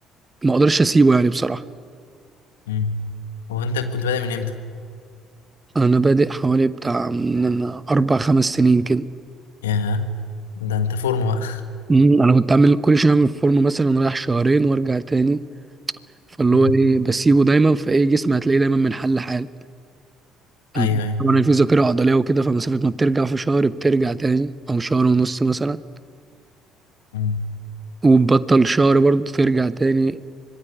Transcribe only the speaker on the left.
امم هو انت كنت بادئ من امتى
ياه ده انت فورمة بقى
أمم.
<laughs>
ايوه ايوه
أمم.